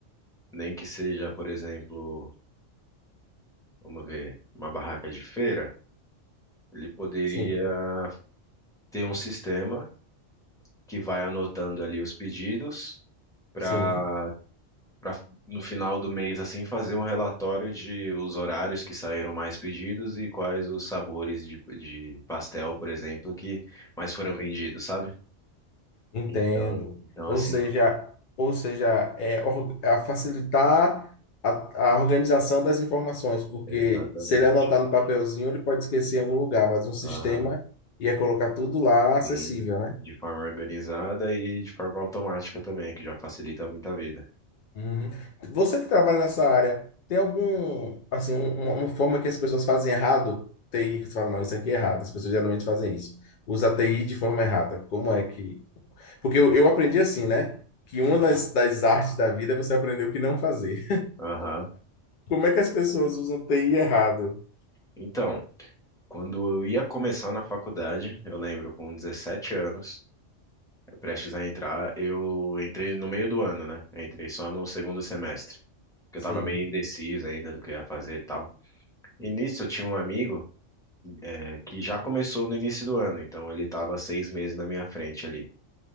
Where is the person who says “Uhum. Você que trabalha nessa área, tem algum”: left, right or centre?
Left